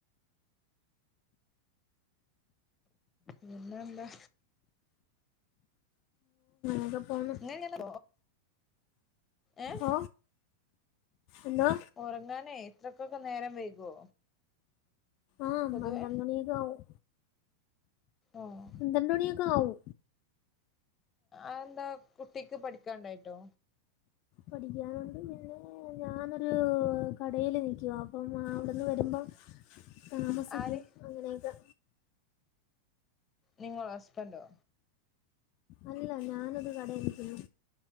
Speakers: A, on the left; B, on the left.
A: പിന്നെ എന്താ
B: ആകെ പോണ്
A: ഇങ്ങനെയല്ല ഏഹ്
B: ഓ എന്തോ
A: ഉറങ്ങാനേ ഇത്രക്കൊക്കെ നേരം വൈകോ
B: ആഹ
A: പൊതുവേ
B: പന്ത്രണ്ട് മണി ഒക്കെ ആവും
A: ആഹ്
B: പന്ത്രണ്ടണിക്കെആവും
A: അന്താ കുട്ടിക്ക് പഠിക്കാണ്ടായിട്ടോ
B: പഠിക്കാനുണ്ട് പിന്നെ ഞാനൊരു കടേല് നിൽക്കെ അപ്പം അവിടെന്ന് വരുമ്പം താമസിക്കും
A: ആര്
B: അങ്ങനെയൊക്കെ
A: നിങ്ങള ഹസ്ബന്റോ
B: അല്ല ഞാനത് കടയിൽക്കുന്നു